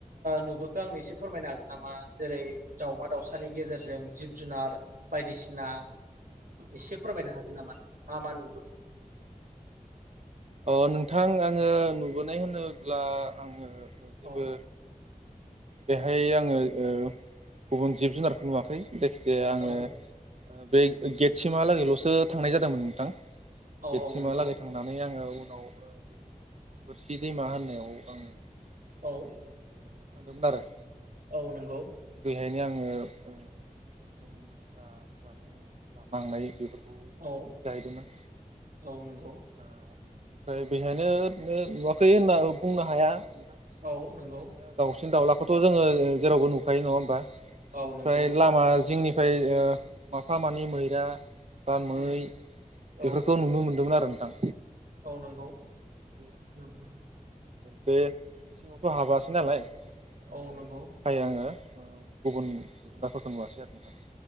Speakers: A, on the right; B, on the right.
A: नुबोखो आं एसे फोरमायनो हागोन नामा जेरै दाउमा दाउसानि गेजेरजों जिब जुनार बायदिसिना एसे फोरमायनो हागोन मान मा मान
B: अ नोंथां आंङो नुबोनाय होनोब्ला आंङो जेबो
A: औ
B: बेहाय आङो ओ गुबुन जिब जुनारखौ नुवाखै जायखिजा आङो
A: औ
B: बे गेटसिमहालागैलसो थांनाय जादोंमोन नोंथां
A: औ
B: गेट
A: औ
B: सिमा
A: नंगौ
B: लागै थांनानै आङो बै बोरसि दैमा होननायाव आङो बेहाय
A: औ
B: थांदोंमोन आरो
A: औ नंगौ
B: बेखायनो आङो जोंनि जा जामुं लानांनाय बेफोरखौ बेहायनो
A: औ
B: जाहैदोंमोन
A: औ नंगौ
B: ओ ओमफ्राय बेहायनो नुवाखै होनना बुंनो हाया ओरैनो
A: औ नंगौ
B: दाउसिन दाउलाखौ फथ' जोङो जेरावबो नुखायो नङा होमबा बेनिफ्राय
A: औ नंगौ
B: लामा जिंनि ओमफ्राय माफा मानै मैरा बा मै
A: उम
B: बेफोरखौ
A: औ
B: नुनो मोन्दोंमोन आरो नोंथां
A: औ नंगौ
B: <unintelligible>
A: उम उम
B: बे सिङावथ' हाबाखै नालाय थाखाय
A: औ नंगौ
B: आङो गुबुन जुनारफोरखौ नुवासै आरो नोंथां